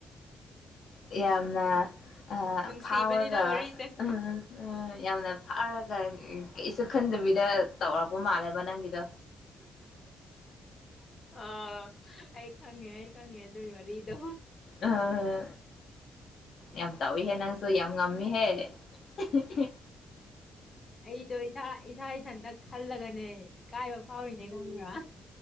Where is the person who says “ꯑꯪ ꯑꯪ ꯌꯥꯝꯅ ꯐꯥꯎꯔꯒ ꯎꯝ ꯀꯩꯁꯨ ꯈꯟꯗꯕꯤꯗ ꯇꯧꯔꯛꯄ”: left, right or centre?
Left